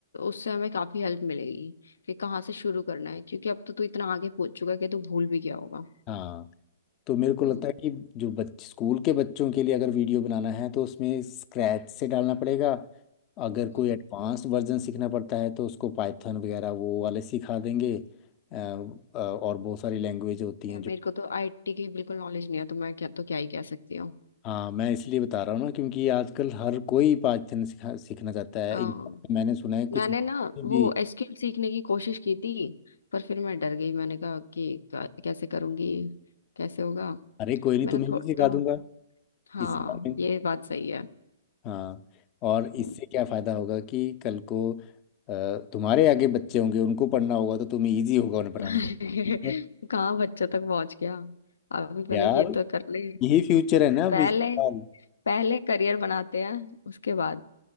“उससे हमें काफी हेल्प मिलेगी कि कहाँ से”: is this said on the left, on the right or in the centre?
Left